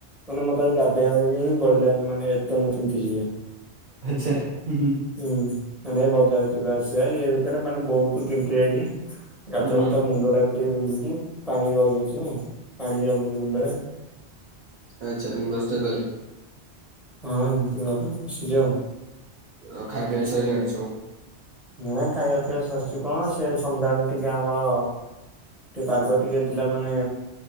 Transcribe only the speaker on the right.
ଆଚ୍ଛା, ହୁଁ, ହୁଁ।
ହୁଁ।
ଆଚ୍ଛା ବ୍ୟସ୍ତ ତାହେଲେ।
ଅ ଖାଇ ପିଇ ସାରିଲାଣି ସବୁ?